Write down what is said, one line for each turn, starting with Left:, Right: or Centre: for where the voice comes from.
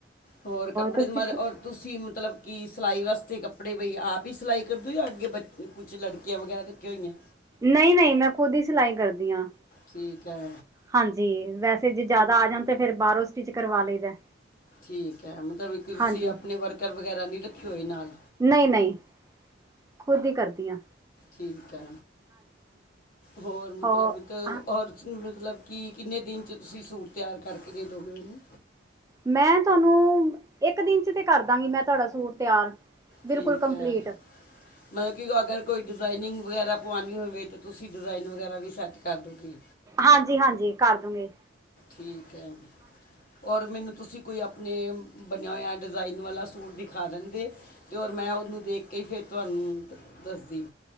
Left: ਹੋਰ ਕੱਪੜੇ
Right: ਤੁਸੀਂ
Left: ਦੀ ਮਾ
Right: ਠੀਕ
Left: ਔਹ ਤੁਸੀਂ ਮਤਲਬ ਕਿ ਸਿਲਾਈ ਵਾਸਤੇ ਕੱਪੜੇ ਬਈ ਆਪ ਹੀ ਸਿਲਾਈ ਕਰ ਦੇ ਉ ਜਾਂ ਅੱਗੇ ਬੱਚ ਕੁਛ ਲੜਕੀਆਂ ਵਗੈਰਾ ਨੇ। ਰੱਖੀਆਂ ਹੋਈਆਂ।
Right: ਨਹੀਂ-ਨਹੀਂ ਮੈਂ ਖ਼ੁਦ ਹੀ ਸਿਲਾਈ ਕਰਦੀ ਆ।
Left: ਠੀਕ ਏ।
Right: ਹਾਂਜੀ! ਵੈਸੇ ਜੇ ਜ਼ਿਆਦਾ ਆ ਜਾਣ ਤਾਂ ਫਿਰ ਬਾਹਰੋਂ ਸਟਿਚ ਕਰਵਾ ਲਈਦਾ।
Left: ਠੀਕ ਏ! ਮਤਲਬ ਇੱਕ ਤੁਸੀਂ
Right: ਹਾਂਜੀ
Left: ਆਪਣੇ ਵਰਕਰ ਵਗੈਰਾ ਨਹੀਂ ਰੱਖੇ ਹੋਏ ਨਾਲ।
Right: ਨਹੀਂ-ਨਹੀਂ ਖੁਦ ਹੀ ਕਰਦੀ ਆ।
Left: ਠੀਕ ਏ! ਹੋਰ ਮਤਲਬ
Right: ਹੋ
Left: ਇਕ
Right: ਹਾਂ,
Left: ਔਰ ਨਹੀ, ਮਤਲਬ ਕੀ ਕਿੰਨੇ ਦਿਨ 'ਚ ਤੁਸੀਂ ਸੂਟ ਤਿਆਰ ਕਰਕੇ ਦੇ ਦੋਗੇ ਮੈਨੂੰ।
Right: ਮੈਂ ਤੁਹਾਨੂੰ ਇੱਕ ਦਿਨ 'ਚ ਤੇ ਕਰਦਾਂਗੀ। ਮੈਂ ਤੁਹਾਡਾ ਸੂਟ ਤਿਆਰ। ਬਿਲਕੁਲ
Left: ਠੀਕ
Right: ਕੰਪਲੀਟ
Left: ਏ। ਮਤਲਬ ਕਿ ਅ ਅਗਰ ਕੋਈ ਡਿਜ਼ਾਇਨਿੰਗ ਵਗੈਰਾ ਪਵਾਨੀ ਹੋਵੇ ਤਾਂ, ਤੁਸੀਂ ਡਿਜ਼ਾਇਨ ਵਗੈਰਾ ਵੀ ਸੈੱਟ ਕਰ ਦੋਗੇ।
Right: ਹਾਂਜੀ! ਹਾਂਜੀ! ਕਰ ਦੂਗੀ।
Left: ਠੀਕ ਏ। ਔਰ! ਮੈਨੂੰ ਤੁਸੀਂ ਕੋਈ ਆਪਣੇ ਅ ਬਣਿਆ ਹੋਇਆ ਡਿਜ਼ਾਇਨ ਵਾਲਾ ਸੂਟ ਦਿਖਾ ਦਿੰਦੇ। ਤੇ ਔਰ ਮੈਂ ਉਹਨੂੰ ਦੇਖ ਕੇ ਹੀ ਫਿਰ ਤੁਹਾਨੂੰ ਦੱਸਦੀ।